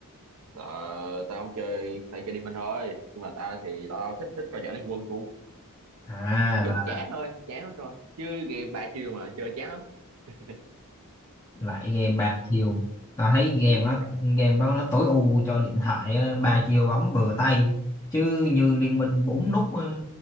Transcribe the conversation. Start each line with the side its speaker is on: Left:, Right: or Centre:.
Right: Ờ, tao không chơi, tao chơi đi mình thôi. Nhưng mà tao thì tao tao thích thích coi giải Liên Quân của
Left: À
Right: nói chung chán thôi chán lắm rồi chứ game ba chiều mà chơi chán lắm <laughs>
Left: lại game ba chiều tao thấy game nó
Right: Rồi,
Left: game đó nó tối ưu cho điện thoại á, ba chiều bấm vừa tay chứ như Liên Minh bốn nút á,